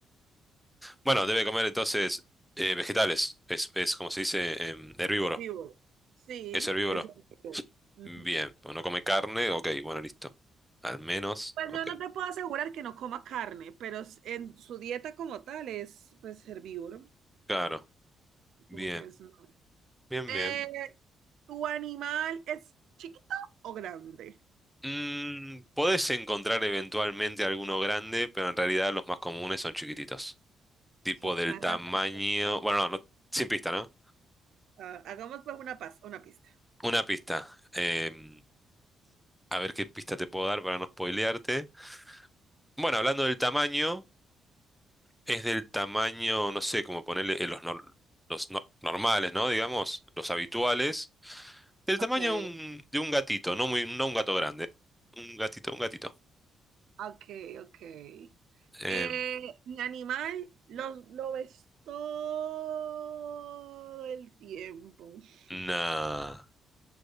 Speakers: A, in the centre; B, on the right.
A: Bueno, debe comer entonces eh, vegetales, es, es como se dice, em, herbívoro,
B: vivo. Sí,
A: es herbívoro.
B: es en vivo. Ujú.
A: Bien, pues no come carne, ok, bueno, listo. Al menos,
B: Pues
A: ok.
B: no, no te puedo asegurar que no coma carne, pero s- en su dieta como tal es pues herbívoro,
A: Claro, bien,
B: como que es... no.
A: bien,
B: Eh,
A: bien.
B: ¿tu animal es chiquito o grande?
A: Mm, podés encontrar eventualmente alguno grande, pero en realidad los más comunes son chiquititos. Tipo
B: Sí,
A: del
B: carajo.
A: tamaño. Bueno, no, no- sin pista, ¿no?
B: Ah, hagamos pues una, pas- una pista.
A: Una pista. Em, a ver qué pista te puedo dar para no spoilearte. Bueno, hablando del tamaño, es del tamaño, no sé, como ponerle eh, los, nor- los no- normales, ¿no? Digamos, los habituales. Del
B: Ok.
A: tamaño de un, de un gatito, no muy, no un gato grande. Un gatito, un gatito.
B: Ok, ok.
A: Em,
B: Eh, mi animal lo, lo ves todo el tiempo.
A: nah.
B: <laughs>